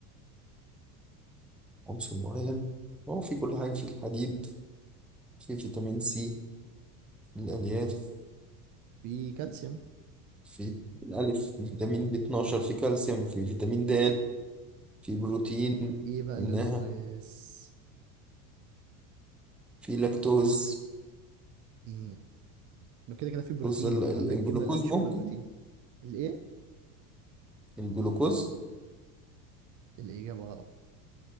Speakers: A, in the centre; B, on the right.
A: عنصر معين هو في كل حاجة في الحديد في فيتامين سي في الالياف
B: في كالسيوم
A: في الالف في فيتامين ب 12 في كالسيوم في فيتامين د في بروتين
B: ايه بقى
A: قلناها
B: اللي ناقص
A: في لاكتوز
B: امم لو كده كده في بروتين
A: بص ال-
B: انت
A: ال-
B: عندك
A: الجلوكوز
B: الجبنة القريش
A: ممكن
B: كلها بروتين الايه
A: الجلوكوز
B: الإجابة غلط